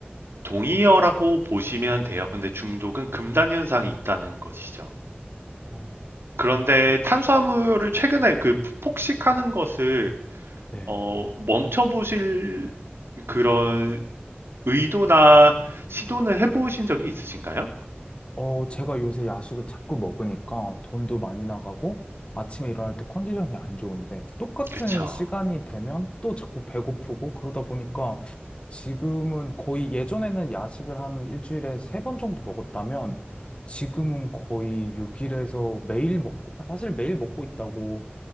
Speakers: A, on the right; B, on the left.
A: 동의어라고 보시면 돼요. 근데 중독은 금단 현상이 있다는 것이죠.
B: 어,
A: 그런데 탄수화물을 최근에 그 폭식하는 것을
B: 네.
A: 어, 멈춰보실 그런 의도나 시도는 해보신 적이 있으신가요?
B: 어, 제가 요새 야식을 자꾸 먹으니까 돈도 많이 나가고 아침에 일어날 때 컨디션이 안 좋은데 똑같은
A: 그쵸.
B: 시간이 되면 또 자꾸 배고프고 그러다 보니까 지금은 거의 예전에는 야식을 한 일주일에 세 번 정도 먹었다면 지금은 거의 6일에서 매일 먹고, 사실 매일 먹고 있다고